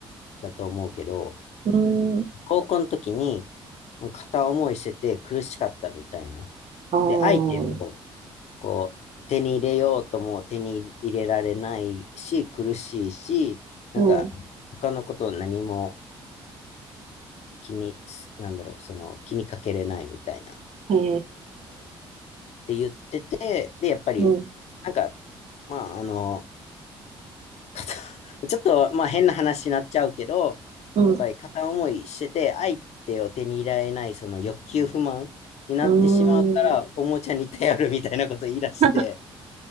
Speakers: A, on the left (about 60°); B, on the right (about 55°).
A: だと思うけど、
B: うーん、
A: 高校の時に、片思いしてて苦しかったみたいな。
B: ああ、
A: で、相手をこう手に入れようとも手に入れられないし、苦しいし、なんか他のことを何も
B: うん、
A: 気に、なんだろう、その気にかけれないみたいなっ
B: へえ、
A: て言ってて、で、やっぱり、
B: うん、
A: なんか、まあ、あの、片 <laughs> ちょっと、まあ変な話になっちゃうけど、
B: うん。
A: やっぱり片思いしてて、相手を手に入れられない、その欲求不満になってしまうから、
B: うーん。
A: おもちゃに頼るみたいなこと言い出して、
B: <laughs>